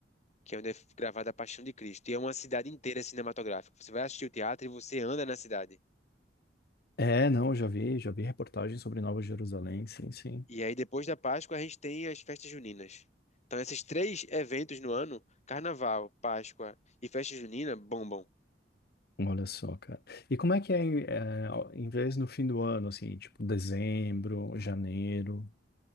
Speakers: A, on the left; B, on the left.
A: que é onde é gravada a Paixão de Cristo. E é uma cidade inteira cinematográfica. Você vai assistir o teatro e você anda na cidade.
B: É, não, eu já vi, já vi reportagem sobre Nova Jerusalém, sim, sim.
A: E aí, depois da Páscoa, a gente tem as festas juninas. Então, esses três eventos no ano, Carnaval, Páscoa e festa junina, bombam.
B: Olha só, cara. E como é que é, em é, ao- em vez no fim do ano, assim, tipo dezembro, janeiro?